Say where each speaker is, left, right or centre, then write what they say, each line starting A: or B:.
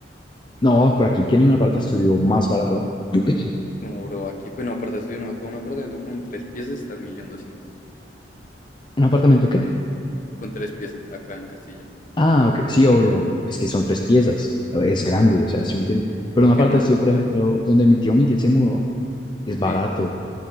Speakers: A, on the left; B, on the left.
A: no, ¿para quién quiere un aparta estudio más barato? <clears throat>
B: No, bro, aquí, bueno, aparte estoy no, acá un apartamento con tres piezas está en millón doscientos
A: ¿Un apartamento qué?
B: Con tres piezas, acá en Castilla.
A: Ah, ok, Sí, obvio, obvio. Es que son tres piezas. Es grande, o sea, ¿sí me entiendes? Pero
B: Creo
A: una
B: que
A: parte
B: más,
A: estudio, por
B: ¿sabes?
A: ejemplo, donde mi tío Miguel se mudó, es barato.
B: Sí,